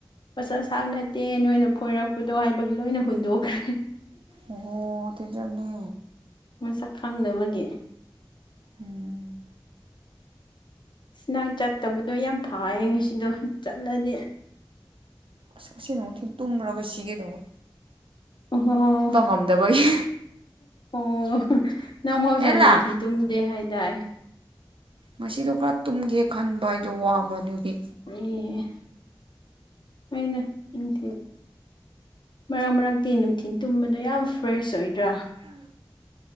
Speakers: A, on the left; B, on the right.
A: ꯄꯠꯁꯛ ꯁꯥꯡ ꯅꯠꯇꯦ ꯅꯣꯏꯅ ꯐꯣꯏꯔꯛꯄꯗꯣ ꯍꯥꯏꯕꯒꯤ ꯂꯣꯏꯅ ꯍꯨꯟꯗꯣꯛꯈ꯭ꯔꯦ
B: ꯑꯣ ꯗꯨꯏꯗꯅꯦ
A: ꯃꯁꯛ ꯈꯪꯅꯕꯒꯤ
B: ꯎꯝ
A: ꯁꯤ ꯅꯪ ꯆꯠꯇꯕꯗꯣ ꯌꯥꯝ ꯐꯌꯦ ꯉꯁꯤꯗꯣ ꯆꯠꯂꯗꯤ
B: ꯑꯁ ꯉꯁꯤ ꯅꯨꯡꯊꯤꯜ ꯇꯨꯝꯔꯒ ꯁꯤꯒꯦ ꯇꯧꯕ
A: ꯑꯣ
B: ꯉꯝꯗꯕꯒꯤ
A: ꯑꯣ ꯅꯪꯕꯨ ꯉꯁꯥꯏ
B: ꯑꯦꯂꯥ
A: ꯅꯨꯡꯊꯤꯟꯜ ꯇꯨꯝꯗꯦ ꯍꯥꯏꯗꯥꯏ
B: ꯉꯁꯤꯗꯣ ꯈꯔ ꯇꯨꯝꯒꯦ ꯈꯟꯕ ꯑꯩꯗꯣ ꯋꯥꯕ ꯑꯗꯨꯒꯤ
A: ꯑꯦ ꯑꯩꯅ ꯅꯨꯡꯊꯤꯜ ꯃꯔꯛ ꯃꯔꯛꯇꯤ ꯅꯨꯡꯊꯤꯜ ꯇꯨꯝꯕꯗꯣ ꯌꯥꯝ ꯐ꯭ꯔꯦꯁ ꯑꯣꯏꯗ꯭ꯔꯥ
B: ꯌꯥꯝ